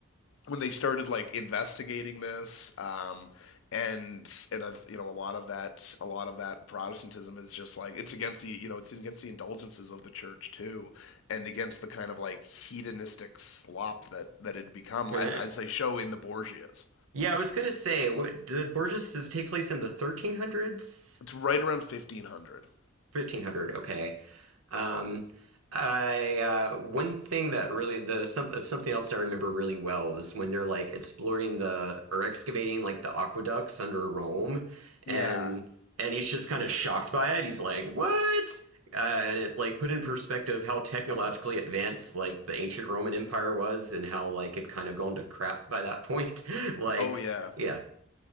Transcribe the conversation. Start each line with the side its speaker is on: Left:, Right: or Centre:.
Left: when they started like investigating this um, and and uh, you know a lot of that a lot of that Protestantism is just like it's against the you know it's against the indulgences of the church too, and against the kind of like hedonistic slop that that had become
Right: <laughs>
Left: as as they show in the Borgias.
Right: Yeah, I was gonna say, what, did Borges does it take place in the 1300s?
Left: It's right around fifteen hundred.
Right: 1500 okay um I uh one thing that really the some, something else I remember really well is when they're like exploring the or excavating like the aqueducts under Rome and
Left: Yeah.
Right: and he's just kind of shocked by it. He's like, "What?" Uh, and it like put in perspective how technologically advanced like the ancient Roman Empire was and how like it kind of gone to crap by that point. <laughs> Like,
Left: Oh yeah.
Right: yeah.